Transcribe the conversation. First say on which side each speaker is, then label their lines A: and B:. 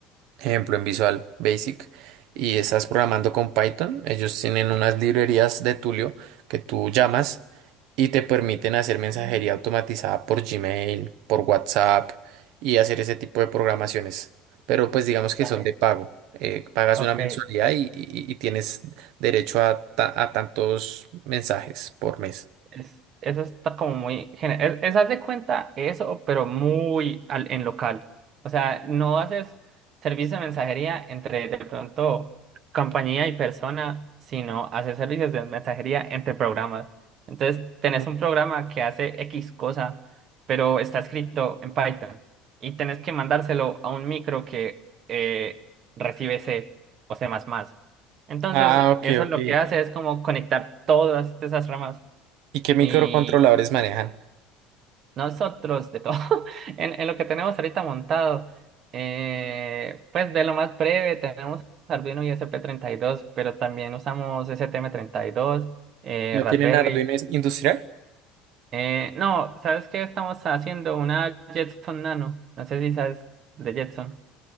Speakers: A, on the right; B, on the right.
A: ejemplo, en Visual Basic, y estás programando con Python, ellos tienen unas librerías de Tulio que tú llamas y te permiten hacer mensajería
B: Mm.
A: automatizada por Gmail, por WhatsApp y hacer ese tipo de programaciones. Pero pues digamos que
B: Vale,
A: son de pago. Eh, pagas
B: ok.
A: una mensualidad y, y- y tienes derecho a, ta- a tantos mensajes por mes.
B: Es- eso está como muy... gene- Es, es haz de cuenta eso, pero muy al- en local. O sea, no haces servicio de mensajería entre de pronto compañía y persona, sino haces servicios de mensajería entre programas. Entonces, tenés
A: Mm.
B: un programa que hace X cosa, pero está escrito en Python y tenés que mandárselo a un micro que eh, recibe C o C++. Entonces,
A: Ah, ok,
B: eso
A: ok.
B: lo que hace es como conectar todas esas ramas
A: ¿Y qué microcontroladores
B: y
A: manejan?
B: nosotros, de todo, <laughs> en, en lo que tenemos ahorita montado, eh, pues de lo más breve, tenemos Arduino y SP32, pero también usamos STM32, eh,
A: ¿No
B: Raspberry.
A: tienen Arduino industrial?
B: Eh, no, ¿sabes qué? Estamos haciendo una Jetson Nano. No sé si sabes de Jetson.